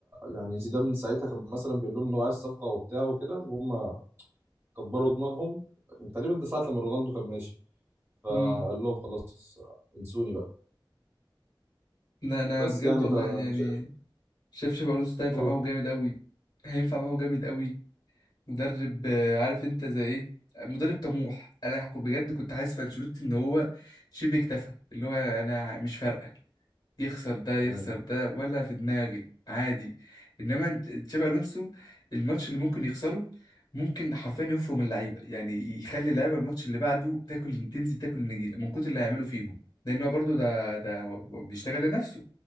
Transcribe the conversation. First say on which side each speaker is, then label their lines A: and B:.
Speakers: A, on the right (about 25°); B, on the left (about 60°).
A: يعني زيدان من ساعتها كان مثلا بيقول لهم ان هو عايز صفقه وبتاع وكده وهم كبروا دماغهم تقريبا ده ساعة لما رونالدو كان ماشي فقال
B: امم
A: لهم خلاص انسوني بقى
B: لا انا
A: بس
B: بجد
A: يعني
B: والله
A: فانا
B: يعني
A: شايف
B: شايف تشابي الونسو ده هينفع
A: هو-
B: معاهم جامد قوي هينفع معاهم جامد قوي مدرب آه، عارف انت زي ايه مدرب طموح انا كنت- بجد كنت حاسس في انشيلوتي ان هو شبه اكتفى اللي هو انا مش فارقه يخسر ده يخسر
A: مم.
B: ده ولا في دماغي عادي انما انت- تشابي الونسو الماتش اللي ممكن يخسره ممكن حرفيا يفرم اللعيبه يعني يخلي اللعيبه الماتش اللي بعده تاكل تنزل تاكل النجيله من كتر اللي هيعمله فيهم لان هو برضه ده ده هو هو بيشتغل لنفسه